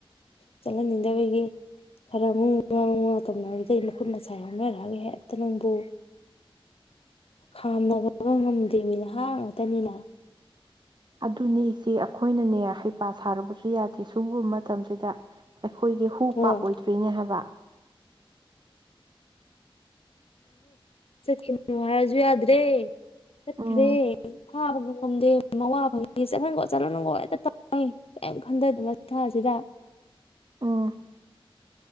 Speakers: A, on the left; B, on the right.
A: ꯆꯠꯍꯟꯅꯤꯡꯗꯕꯒꯤ ꯈꯔ ꯉꯨ ꯉꯥ ꯉꯥ ꯇꯧꯅꯕꯗꯒꯤ ꯃꯈꯨꯠ ꯃꯁꯥꯏ ꯌꯥꯎꯅꯔꯛꯑꯒ ꯍꯦꯛꯇ ꯅꯪꯕꯨ ꯈꯥꯝꯅꯕꯒ ꯉꯝꯗꯦꯃꯤ ꯅꯍꯥ ꯉꯥꯛꯇꯅꯤꯅ
B: ꯑꯗꯨꯅꯦ ꯏꯆꯦ ꯑꯩꯈꯣꯏꯅꯅꯦ ꯍꯩꯄꯥ ꯁꯥꯔꯨꯕꯁꯨ ꯌꯥꯗꯦ ꯁꯨꯕ ꯃꯇꯝꯁꯤꯗ ꯑꯩꯈꯣꯏꯁꯤ ꯍꯨ
A: ꯍꯣꯏ
B: ꯄꯥꯞ ꯑꯣꯏꯗ꯭ꯔ‌ꯣꯏꯅꯦ ꯍꯥꯏꯕ
A: ꯆꯠꯈꯤꯅꯨ ꯍꯥꯏꯔꯁꯨ ꯌꯥꯗ꯭ꯔꯦ ꯆꯠꯈ꯭ꯔ‌ꯦ
B: ꯎꯝ
A: ꯐꯥꯕꯒ ꯈꯣꯝꯗꯦ ꯃꯋꯥꯐꯪꯏ ꯆꯠꯍꯟꯒꯣ ꯆꯠꯍꯟꯒ‌ꯣ ꯍꯦꯛꯇ ꯇꯥꯜꯂꯤ ꯀꯔꯤꯝ ꯈꯟꯊꯗ‌ꯦ ꯃꯁꯥꯁꯤꯗ
B: ꯎꯝ